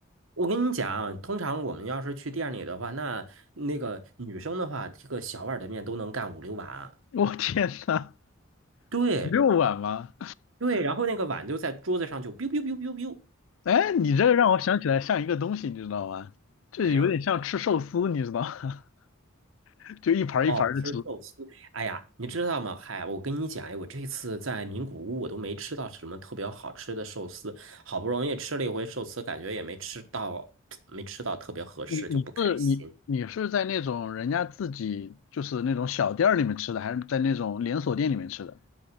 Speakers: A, on the right (about 75°); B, on the left (about 70°).
A: 我跟你讲，通常我们要是去店里的话，那那个女生的话，这个小碗的面都能干五六碗。
B: <laughs> 我天呐，
A: 对
B: 六碗吗？
A: 对，然后那个碗就在桌子上就 biu biu biu biu biu，
B: 哎，你这个让我想起来像一个东西，你知道吗？这有点像吃寿司，
A: 怎么样？
B: 你知道吗？<laughs> 就一盘儿一盘的吃。
A: 哦，吃寿司。哎呀，你知道吗？嗨，我跟你讲，哎，我这次在名古屋，我都没吃到什么特别好吃的寿司。好不容易吃了一回寿司，感觉也没吃到，<tsk> 没吃到特别合适，
B: 你你是你你是在那种人家自己就是那种小店儿里面吃的，
A: 就不开心。
B: 还是在那种连锁店里面吃的？